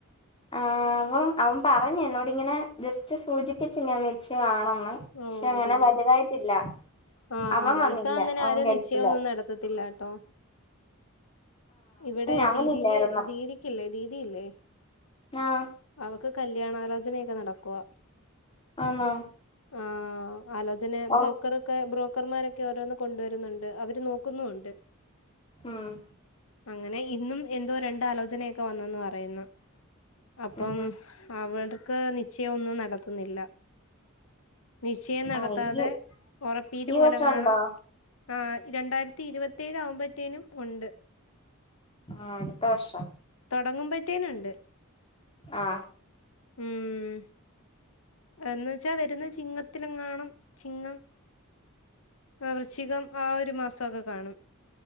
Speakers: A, on the left; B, on the left.
A: ആ അവൻ അവൻ പറഞ്ഞു എന്നോടിങ്ങനെ ജസ്റ്റ് സൂചിപ്പിച്ചിങ്ങനെ നിശ്ചയം ആണെന്ന്.
B: ഓ
A: അങ്ങനെ
B: അതന്നെ
A: വലുതായിട്ടില്ല.
B: ആഹ്
A: അവൻ
B: ആഹ്
A: വന്നില്ല
B: ഇപ്പ അങ്ങനെ
A: അവൻ
B: ആരും
A: ഗൾഫില.
B: നിശ്ചയൊന്നും നടത്തത്തില്ലാട്ടോ ഇവിടെ
A: അവനില്ലായിരുന്നോ
B: ദീദിക ദീദിക്കല്ലേ ദീദിയില്ലേ.
A: ആഹ്.
B: അവൾക്ക് കല്യാണാലോചനയൊക്കെ നടക്കുവാ.
A: ആന്നോ.
B: ആഹ് ആലോചന
A: ഒറ
B: ബ്രോക്കർ ബ്രോക്കർമാരൊക്കെ ഓരോന്ന് കൊണ്ടുവരുന്നുണ്ട്, അവര് നോക്കുന്നുണ്ട്.
A: ഉം
B: അങ്ങനെ ഇന്നും എന്തോ രണ്ടലോചനയൊക്കെ വന്നന്ന് പറയുന്നു. അപ്പം
A: ഉം ഉം
B: അവിടക്ക് നിശ്ചയം ഒന്നും നടത്തുന്നില്ല. നിശ്ചയം നടത്താതെ
A: ആഹ് ഈ
B: ഉറപ്പീതു
A: ഈ
B: പോലെ
A: വർഷം
B: കാണാം.
A: ഉണ്ടോ
B: ആ രണ്ടായിരത്തി ഇരുപത്തിേഴ് ആവുമ്പത്തേനും ഉണ്ട്
A: ആഹഹ് -അടുത്ത വർഷം
B: തുടങ്ങുമ്പത്തെന്നുണ്ട്
A: ആഹ്
B: ഉം. എന്ന് വെച്ചാൽ വരുന്ന ചിങ്ങത്തിലെങ്ങാണം ചിങ്ങം വൃശ്ചികം ആ ഒരു മാസക്കെ കാണും.